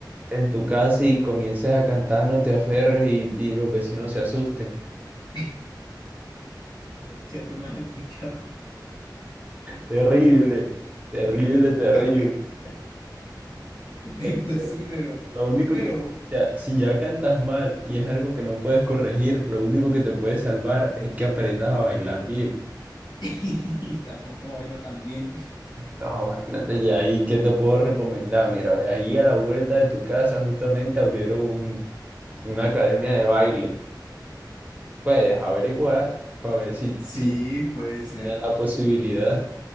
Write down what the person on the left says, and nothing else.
<laughs> sea, tú me has escuchado.
<laughs>
Y
Pues
sí, pero,
pero
<laughs> y tampoco bailo tan bien.
Sí,
puede ser.